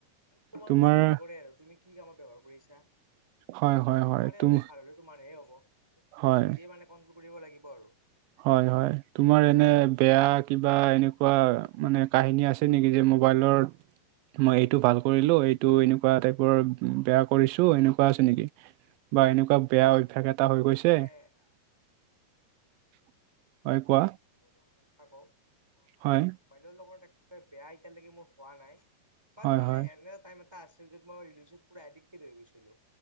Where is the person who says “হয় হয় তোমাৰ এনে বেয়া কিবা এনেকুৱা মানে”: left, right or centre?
Right